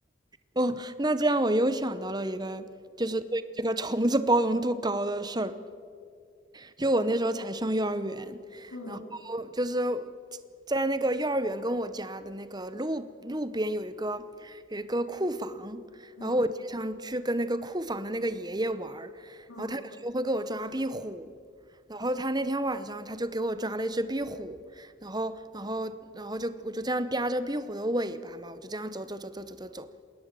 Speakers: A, on the right; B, on the left.
A: 哦，那这样我又想到了一个，就是对这个虫子包容度高的事儿。就我那时候才上幼儿园，
B: 嗯
A: 然后就是在那个幼儿园跟我家的那个路路边有一个有一个库房，
B: 嗯
A: 然后我经常去跟那个库房的那个爷爷玩儿，
B: 嗯，
A: 然后他有时候会给我抓壁虎。然后他那天晚上他就给我抓了一只壁虎，然后，然后，然后就我就这样叼着壁虎的尾巴嘛，我就这样走走走走走走走，